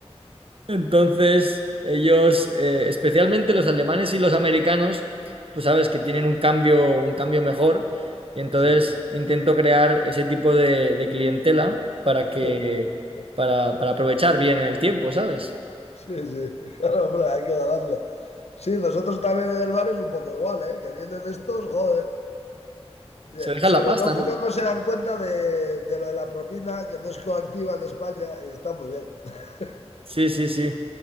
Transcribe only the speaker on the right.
Entonces, ellos, eh, especialmente los alemanes y los americanos, tú sabes que tienen un cambio, un cambio mejor, y entonces
intento crear ese tipo de, de clientela para que,
para, para aprovechar bien el tiempo, ¿sabes?
Se dejan
la pasta,
¿no?
Sí, sí, sí.